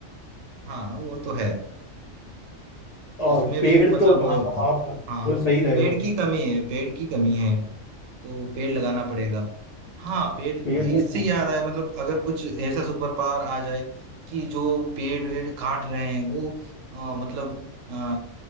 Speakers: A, on the right; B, on the left.
A: हाँ वो तो है
B: और
A: उसमें
B: पेड़
A: भी मतलब
B: तो हाँ आप बिल्कुल
A: हाँ
B: सही रहे
A: पेड़
B: हो
A: की कमी है पेड़ की कमी है तो पेड़ लगाना पड़ेगा हाँ पेड़ इससे
B: पेड़ लगाओ
A: याद आया मतलब अगर कुछ ऐसा सुपर पावर आ जाए कि जो पेड़ वेड़ काट रहे हैं वो अ, मतलब अ,